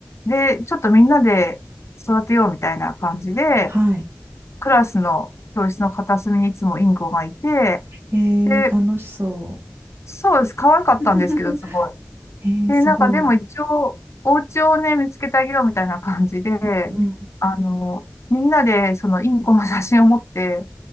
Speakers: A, on the left; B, on the right.
A: で、ちょっとみんなで育てようみたいな感じで、
B: はい。
A: クラスの教室の片隅にいつもインコがいて、
B: えー、
A: で、
B: 楽しそう。
A: そうです。可愛かったんですけど、
B: <laughs>
A: すごい。
B: えー、
A: で、
B: すごい。
A: なんかでも一応、お家をね、見つけてあげようみたいな感じで、
B: うん
A: あの、みんなでそのインコの写真を持って、